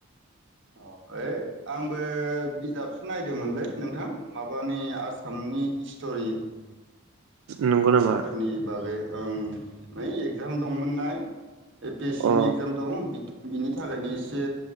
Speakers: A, on the right; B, on the right.
A: अ ओइ आंबो बिजाबसो नायदोंमोनलै नोंथां माबानि आसामनि हिस्ट'रि
B: नंगौ
A: माबाफोरनि
B: नामा
A: बागै ओं नै एगजाम दंमोननाय। A P S C
B: O
A: नि एगजाम दं बिक बिनि थाखायनो इसे